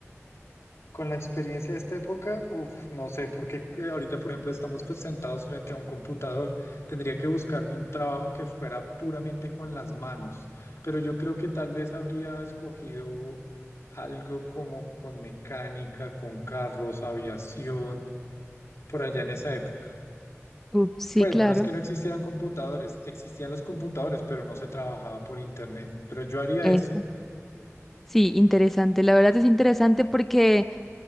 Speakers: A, on the left; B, in the centre.
A: Con la experiencia de esta época, uff, no sé, porque eh, ahorita, por ejemplo, estamos pues, sentados frente a un computador. Tendría que buscarme un trabajo que fuera puramente con las manos, pero yo creo que tal vez habría escogido algo como con mecánica, con carros, aviación, por allá en esa época.
B: Uf, sí,
A: Pues
B: claro.
A: no es que no existieran computadores, existían los computadores, pero no se trabajaba por internet. Pero yo haría
B: Eso.
A: eso.
B: Sí, interesante. La verdad es interesante porque